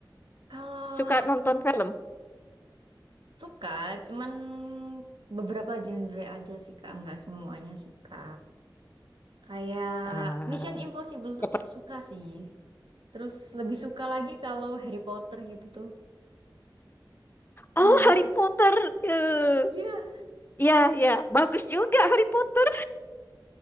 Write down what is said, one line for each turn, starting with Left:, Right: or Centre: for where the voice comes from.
Right: Kalau
Left: Suka nonton film?
Right: suka, cuman beberapa genre aja sih Kak, nggak semuanya suka. Kayak
Left: Ah,
Right: Mission Impossible
Left: seperti
Right: tuh suka sih. Terus lebih suka lagi kalau Harry Potter gitu tuh. Kan
Left: Oh,
Right: lebih
Left: Harry
Right: seru.
Left: Potter. Eh,
Right: Iya,
Left: Ya, ya, bagus juga Harry Potter.